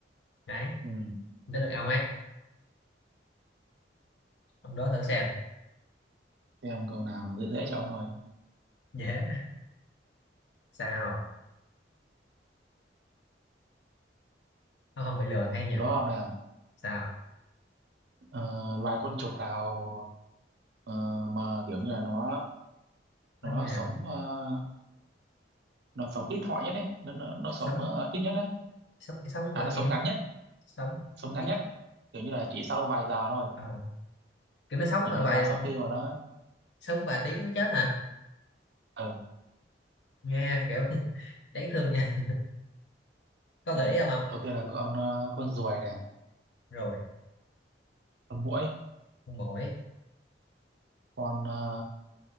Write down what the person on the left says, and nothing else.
đấy
tới lượt ông ấy ông đó thử xem
<laughs> dễ sao ông không bị lừa hay nhờ
sao
nó
như nào
sống
sống cái sống
gọi
kiểu
sống
ít
à, kiểu nó sống
mà
vài
sống vài tiếng nó chết hả
nghe kiểu <laughs> đáng thương nha có
gợi ý không ông
rồi
con muỗi